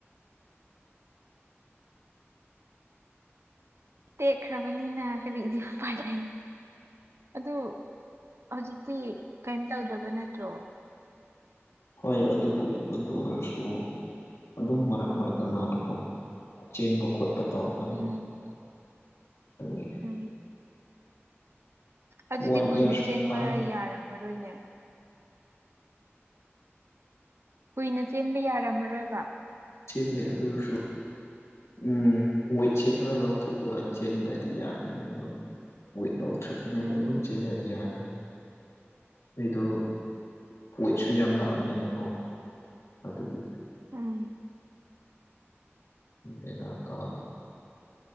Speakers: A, on the right; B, on the left.
A: ꯇꯦꯛꯈ꯭ꯔꯕꯅꯤꯅ ꯀꯔꯤꯗꯤ ꯎ ꯄꯥꯏ ꯂꯩ ꯑꯗꯨ ꯍꯧꯖꯤꯛꯇꯤ ꯀꯩꯅꯝ ꯇꯧꯗꯕ ꯅꯠꯇ꯭ꯔꯣ
B: ꯍꯣꯏ ꯑꯗꯨꯕꯨ ꯑꯗꯨ ꯑꯣꯏꯔꯁꯨ ꯑꯗꯨꯝ ꯃꯔꯛ ꯃꯔꯛꯇ ꯅꯥꯕꯀꯣ ꯆꯦꯟꯕ ꯈꯣꯠꯄ ꯇꯧꯔꯀꯥꯟꯗ
A: ꯎꯝ
B: ꯇꯨꯡꯉꯤ
A: ꯎꯝ ꯑꯗꯨꯗꯤ
B: ꯋꯥꯟ
A: ꯀꯨꯏꯅ
B: ꯏꯌꯥꯔ
A: ꯆꯦꯟꯕ
B: ꯐꯥꯅꯤ
A: ꯌꯥꯔꯝꯃꯔꯣꯏꯅꯦ ꯀꯨꯏꯅ ꯆꯦꯟꯕ ꯌꯥꯔꯝꯃꯔꯣꯏꯕ
B: ꯁꯤ ꯂꯩꯦ ꯑꯗꯨꯁꯨ ꯎꯝ ꯋꯦꯠꯁꯦ ꯈꯔ ꯂꯥꯎꯊꯣꯛꯑꯒ ꯆꯦꯟꯗꯥꯗꯤ ꯌꯥꯒꯅꯤ ꯑꯗꯣ ꯋꯤꯠ ꯂꯧꯊ꯭ꯔꯛꯇ꯭ꯔꯤꯉꯩꯗ
A: ꯎꯝ
B: ꯑꯗꯨꯝ ꯆꯦꯜꯂꯗꯤ ꯌꯥꯔꯣꯏ ꯑꯩꯗꯣ ꯀꯣꯏꯠꯁꯨ ꯌꯥꯝ ꯂꯥꯛꯑꯕꯅꯤꯅꯀꯣ ꯑꯗꯨꯒꯤ
A: ꯎꯝ
B: ꯄꯦꯔ ꯀꯥꯕ